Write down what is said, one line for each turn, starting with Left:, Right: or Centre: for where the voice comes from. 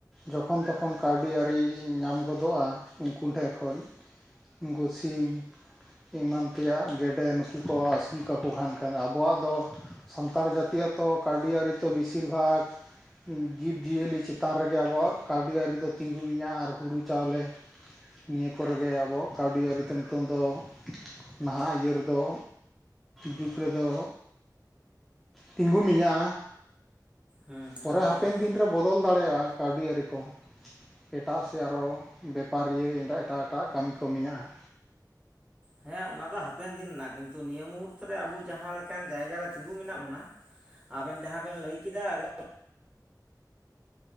Centre: ᱡᱚᱠᱷᱚᱱ ᱛᱚᱠᱷᱚᱱ ᱠᱟᱹᱣᱰᱤ ᱟᱹᱨᱤ ᱧᱟᱢ ᱜᱚᱫᱚᱜᱼᱟ ᱩᱱᱠᱩ ᱴᱷᱮᱜ ᱠᱷᱚᱡ ᱩᱱᱠᱩ ᱥᱤᱢ ᱮᱢᱟᱱ ᱛᱮᱭᱟᱜ ᱜᱮᱰᱮ ᱱᱩᱠᱩ ᱠᱚ ᱟᱹᱥᱩᱞ ᱠᱟᱠᱚ ᱠᱷᱟᱱ ᱠᱷᱟᱱ ᱟᱵᱚᱣᱟᱜ ᱫᱚ ᱥᱟᱱᱛᱟᱲ ᱡᱟᱹᱛᱤᱭᱟᱜ ᱛᱚ ᱠᱟᱹᱣᱰ ᱟᱹᱨᱤ ᱛᱚ ᱵᱮᱥᱤᱨ ᱵᱷᱟᱜᱽ ᱡᱤᱵᱽᱼᱡᱤᱭᱟᱹᱞᱤ ᱪᱮᱛᱟᱱ ᱨᱮᱜᱮ ᱟᱵᱚᱣᱟᱜ ᱠᱟᱹᱣᱰᱤ ᱟᱹᱨᱤ ᱫᱚ ᱛᱤᱸᱜᱩ ᱢᱮᱧᱟᱹ ᱟᱨ ᱦᱩᱲᱩ ᱪᱟᱣᱞᱮ ᱱᱤᱭᱟᱹ ᱠᱚᱨᱮᱜᱮ ᱟᱵᱚ ᱠᱟᱹᱣᱰᱤ ᱟᱹᱨᱤᱛᱮ ᱱᱤᱛᱚᱝ ᱫᱚ ᱱᱟᱦᱟᱜ ᱤᱭᱟᱹ ᱨᱮᱫᱚ ᱡᱩᱜᱽ ᱨᱮᱫᱚ ᱛᱤᱸᱜᱩ ᱢᱤᱧᱟ
Right: ᱦᱮᱸ
Centre: ᱯᱚᱨᱮ
Right: ᱟᱫᱚ
Centre: ᱦᱟᱯᱮᱱ ᱫᱤᱱᱨᱮ ᱵᱚᱫᱚᱞ ᱫᱟᱲᱮᱭᱟᱜᱼᱟ ᱠᱟᱹᱣᱰᱤ ᱟᱹᱨᱤ ᱠᱚ ᱮᱴᱟᱜ ᱥᱮ ᱟᱨᱦᱚ ᱵᱮᱯᱟᱨᱤᱭᱟᱹ ᱮᱸᱰᱮ ᱮᱴᱟᱜ ᱮᱴᱟᱜ ᱠᱟᱹᱢᱤ ᱠᱚ ᱢᱮᱱᱟᱜᱼᱟ
Right: ᱦᱮᱸ ᱚᱱᱟ ᱫᱚ ᱦᱟᱯᱮᱱ ᱫᱤᱱ ᱨᱮᱱᱟᱜ ᱠᱤᱱᱛᱩ ᱱᱤᱭᱟᱹ ᱢᱩᱦᱩᱨᱛᱮ ᱨᱮ ᱟᱵᱚ ᱡᱟᱦᱟᱸ ᱞᱮᱠᱟᱱ ᱡᱟᱭᱜᱟᱨᱮ ᱛᱤᱸᱜᱩ ᱢᱮᱱᱟᱜ ᱵᱚᱱᱟ ᱟᱵᱮᱱ ᱡᱟᱦᱟᱸ ᱵᱮᱱ ᱞᱟᱹᱭ ᱠᱮᱫᱟ ᱫᱚ